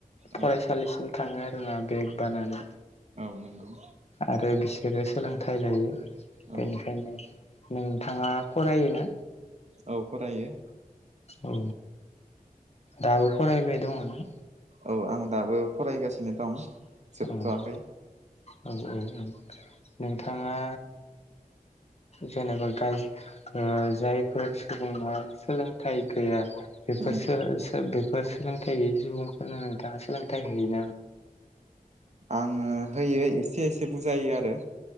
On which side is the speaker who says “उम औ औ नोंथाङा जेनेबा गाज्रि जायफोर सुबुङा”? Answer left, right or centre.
Left